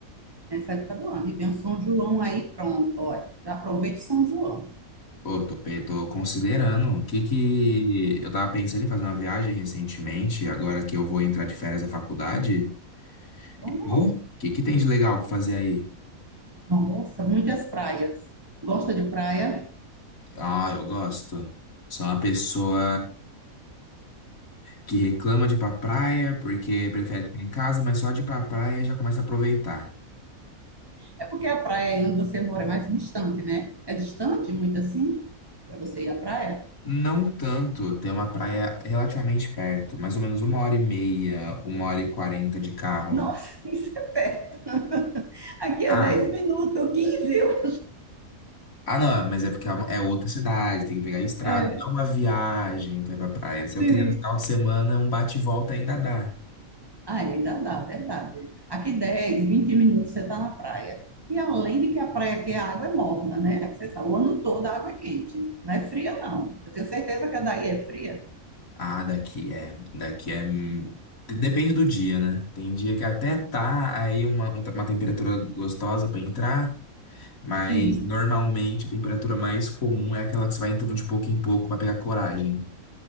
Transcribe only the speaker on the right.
nessa época do ano. E vem o São João aí, pronto, olha. Já aproveite São João.
Normal.
Nossa, muitas praias. Gosta de praia?
É porque a praia aí onde você mora é mais distante, né? É distante, muito assim, para você ir à praia?
Nossa, <laughs> isso é perto. Aqui é
10 minutos, 15. eu-
É,
sim.
Ah, ainda dá, verdade. Aqui 10, 20 minutos você está na praia. E além de que a praia aqui a água é morna, né? Você sabe, o ano todo a água é quente. Não é fria, não. Eu tenho certeza que a daí é fria.
Sim,